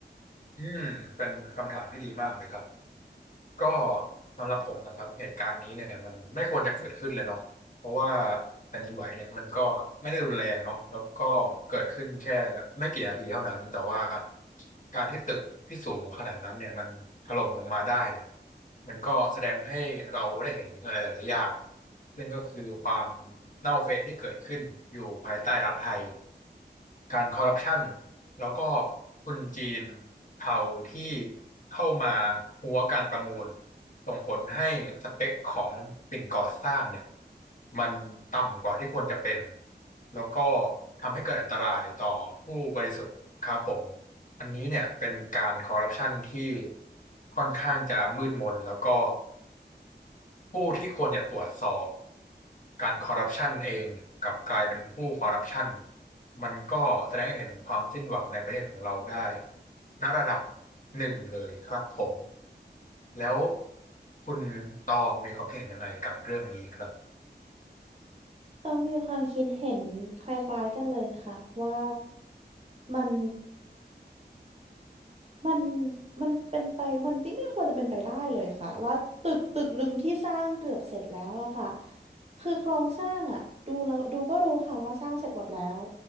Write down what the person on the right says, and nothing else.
ต้องมีความคิดเห็นคล้ายๆกันเลยค่ะว่ามัน มันมันเป็นไปมันที่ไม่ควรจะเป็นไปได้เลยค่ะว่าตึกตึกหนึ่งที่สร้างเกือบเสร็จแล้วอะค่ะคือโครงสร้างอะดูเราดูก็รู้ค่ะว่าสร้างเสร็จหมดแล้ว